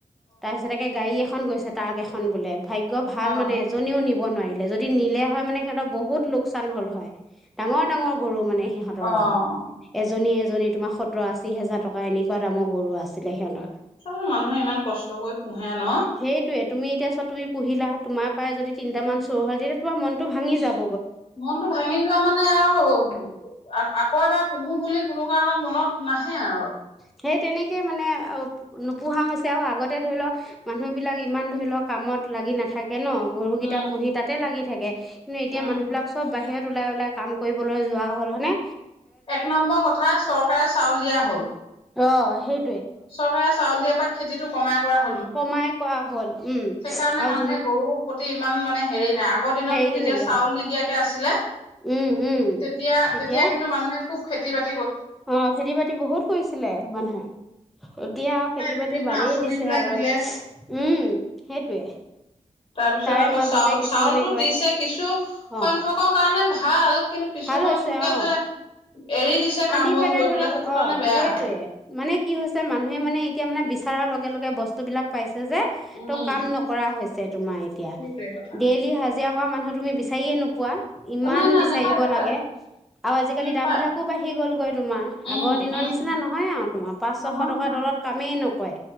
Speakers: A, in the centre; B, on the left (about 45°).
A: তাৰপিছত তে গাড়ী এখন গৈছা। তাক এখন বোলে ভাগ্য ভাল
B: অ অ
A: মানে এজনীও নিব নোৱাৰিল যদি নিলে হয় মানে সিহঁতৰ বহুত লোকচান হ'ল হয় ডাঙৰ ডাঙৰ গৰু মানে সিহঁতৰ
B: অ
A: ৰা এ এজনী এজনী তোমাৰ সতৰ আশী হোজাৰ টকা ক এনেকুৱা দামৰ গৰু আছিলে সিহঁতৰ
B: চ মানুহে ইমান কষ্টকৈ পোহে ন
A: সেইটোৱে তুমি এতিয়া চোৱা তুমি পহিলা তোমাৰই যদি তিনিামান চোৰ হ'ল তেতিয়া তোমাৰনটো ভাঙি যাব
B: মনতটো ভাঙি যোৱা মানে আৰু আকৌ এবাৰ পুহো বুলি কোনো কাৰণত মনত নাহে আৰু
A: উ সেই তেনেকৈ মানে নোপোহা হৈছে আৰু আগতে ধৰি লওক মানুহবিলাক ইমান ধৰি লওক কামত লাগি নাথাকে কে ন গৰু কিতা
B: উম
A: পুহি তাতে লাগি থাকে কিন্তু এতিয়া
B: উম
A: মানুবাক চব বাহিৰত ওলাই ওলাই কাম কৰিবলৈ যোৱা হ'ল হৈ?
B: এক নম্বৰ কথা চৰকাৰে চাউল দিয়া হল
A: অ সেই
B: চৰকাৰে চাউল দিয়াৰ পৰা খেতিতটো কমাই কৰা হয়
A: কমাই কোৱা হ'ল। উম
B: সেইকাৰণে
A: আৰু
B: মানুহে
A: যোন
B: গৰুৰ প্ৰতি ইমান মানে হেৰি নাই। আগ আগৰ দিনত
A: হেৰিটো
B: যেতিয়া
A: নাইকিয়া
B: চাউল
A: হ'ল
B: নিদিয়াকে আছিলে
A: উম উম
B: তেতিয়া-তেতিয়া
A: তেতিয়া
B: কিন্তু মানুহে খুব খ খেতি-বাত
A: অ', খেতি-বাতি বহুত কৰিছিলে মানুহে। এতিয়া আৰু খেতি-বাতি
B: বিভিন্ন
A: বাদেই
B: আঁচনি
A: দিছে
B: বিলাক
A: আৰু
B: দিলে
A: উম, সেইটোৱে।
B: তাৰপিছত
A: তাৰে
B: আকৌ
A: মাজতে
B: চাউল-চাউলটো
A: কিছুমানে কয়
B: দিছে। কিছু
A: অ
B: সংখ্যকৰ কাৰণে ভাল কিন্তু কিছু
A: ভাল হৈছে
B: সংখ্যকে
A: অ
B: যে এৰি দিছে কাম
A: আনি
B: বন
A: পেলে
B: কৰিবলৈ
A: ধৰা।
B: সেইটো
A: অ',
B: কাৰণে বেয়া
A: সেইটোৱে মানে কি হৈছে মানুহে মানে এতিয়া মানে বিচ চাৰৰ লগে লগে বস্তু বিলাক পাইছ যে
B: উম
A: তো কাম নকৰা হৈছ তোমাৰ এতিয়া,
B: সেইটোৱে কথা
A: ডেইলী হাজ হাজিৰা কৰা মানুহ তুমি বিচাৰিয়েই নোপোৱা। ইমান
B: অ নাই নাই
A: বিচাৰিব
B: নেপায় নেপায়
A: লাগে আৰু আজিকালি
B: নেপায়
A: দামবিলাক আকৌ বাঢ়ি গলগৈ তোমাৰ।
B: উম
A: আগৰ দিনৰ
B: উম
A: নিচিনা নহয় আৰু তোমাৰ পাঁচ-ছশ
B: নহয়
A: টকাৰ
B: নহয়
A: তলত কামেই নকৰে।